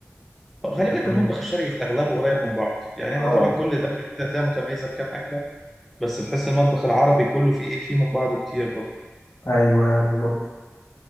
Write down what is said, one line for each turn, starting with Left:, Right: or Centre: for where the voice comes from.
Centre: خلي
Left: الخليج
Centre: بالك المطبخ الشرقي في اغلبه قريب من بعض يعني
Left: اه
Centre: احنا طبعا كل دوله كده هتلاقيها متميزه بكام اكله بس تحس المطبخ العربي كله فيه ايه فيه من بعضه كتير برضو
Left: ايوه بالظبط